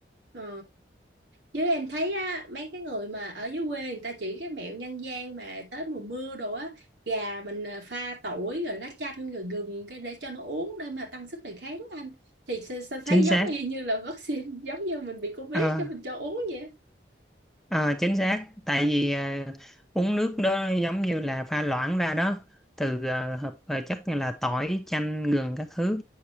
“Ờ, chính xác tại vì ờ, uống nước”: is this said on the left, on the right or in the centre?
Centre